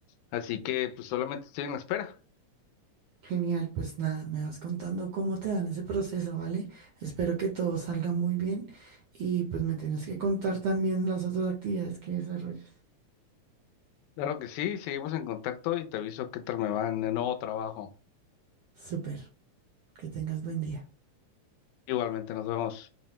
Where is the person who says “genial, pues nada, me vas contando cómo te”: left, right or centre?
Right